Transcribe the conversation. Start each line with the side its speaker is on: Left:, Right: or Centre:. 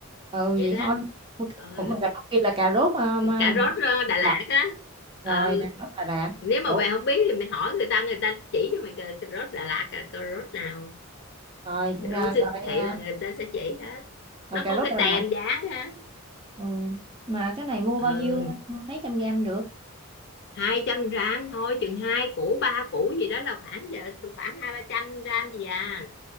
Right: Ừ,
Left: vậy
Right: vậy
Left: đó
Right: thôi. Mua c
Left: ừ.
Right: ủa, mà cà rốt kia là cà rốt, a, ma
Left: cà
Right: mày
Left: rốt
Right: nói
Left: ờ, Đà
Right: Đà
Left: Lạt
Right: Lạt
Left: á
Right: rồi,
Left: ừ
Right: Đà Lạt, Đà Lạt.
Left: nếu mà
Right: Ủa,
Left: mày không biết thì mày hỏi người ta người ta chỉ cho mày cà, cà rốt Đà Lạt cà, cà rốt nào
Right: rồi,
Left: vô
Right: à, rồi,
Left: siêu thị
Right: à,
Left: là người ta sẽ chỉ hết
Right: rồi
Left: nó
Right: cà
Left: có
Right: rốt
Left: cái
Right: Đà
Left: tem
Right: Lạt,
Left: dán á
Right: ừ, mà cái này mua bao
Left: ừ
Right: nhiêu, mấy trăm gam được?
Left: hai trăm gram thôi chừng hai củ ba củ gì đó là khoảng giờ khoảng hai ba trăm gram gì à